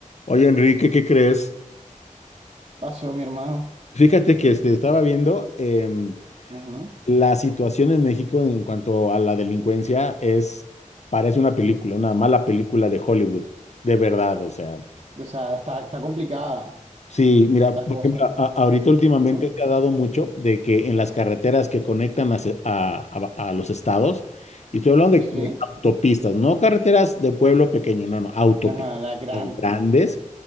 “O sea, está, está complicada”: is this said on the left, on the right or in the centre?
Right